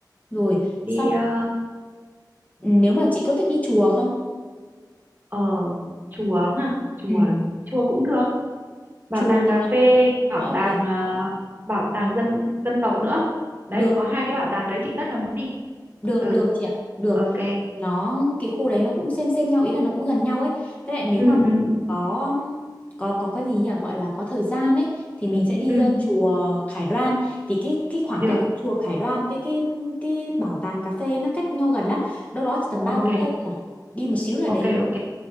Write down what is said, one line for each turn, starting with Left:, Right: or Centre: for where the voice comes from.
Left: Rồi,
Right: đi
Left: xong
Right: ờ,
Left: ừ, nếu mà chị có thích đi chùa không?
Right: ở chùa ha, chùa
Left: Ừ,
Right: chùa cũng được, bảo
Left: chùa
Right: tàng
Left: thì
Right: cà phê, bảo
Left: nó ở
Right: tàng
Left: gần
Right: ờ, bảo tàng dân dân tộc nữa. Đấy,
Left: được.
Right: có hai cái bảo tàng đấy chị rất là muốn đi.
Left: Được
Right: Ừ,
Left: được chị ạ, được.
Right: ok.
Left: Nó cái khu đấy nó cũng xem xem nhau ý là nó cũng gần nhau ấy. Với lại nếu
Right: Ừ
Left: mà mình
Right: ừ ừ,
Left: có um, có có cái gì nhỉ gọi là có thời gian ấy thì mình sẽ đi
Right: ừ,
Left: uh, chùa Khải Đoan thì cái cái khoảng
Right: được.
Left: cách của chùa Khải Đoan với cái cái bảo tàng cà phê nó cách nhau gần lắm. Đâu đó chỉ tầm ba
Right: Ok,
Left: bốn cây thôi à. Đi một xíu là
Right: ok,
Left: đến.
Right: ok.